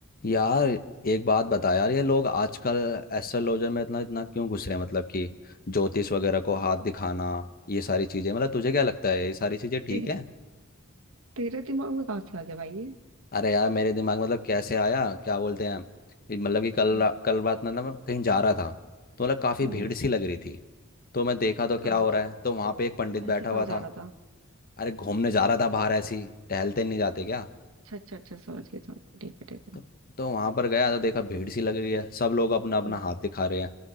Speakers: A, on the left; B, on the right.
A: यार एक बात बता यार ये लोग आजकल एस्ट्रोलॉजर में इतना इतना क्यों घुस रहे हैं मतलब कि ज्योतिष वगैरह को हाथ दिखाना ये सारी चीजें मतलब तुझे क्या लगता है ये सारी चीजें ठीक
B: ते,
A: है
B: तेरे दिमाग में कहाँ से आ गया भाई ये
A: अरे यार मेरे दिमाग में मतलब कैसे आया क्या बोलते हैं ये मतलब कि कल
B: हम्म
A: रा- कल रात मतलब मैं कहीं जा रहा था तो मतलब काफी
B: हम्म,
A: भीड़ सी लग रही थी तो मैं देखा तो
B: कहाँ
A: क्या हो रहा है तो वहां पे एक पंडित
B: ऐसे
A: बैठा
B: कहाँ
A: हुआ
B: जा
A: था
B: रहा था
A: अरे घूमने जा रहा था बाहर ऐसी टहलते नहीं जाते क्या
B: अच्छा अच्छा अच्छा समझ गया समझ गया, ठीक है ठीक
A: तो,
B: है
A: तो वहां पर गया तो देखा भीड़ सी लग रही है सब लोग अपना अपना
B: हम्म
A: हाथ दिखा रहे हैं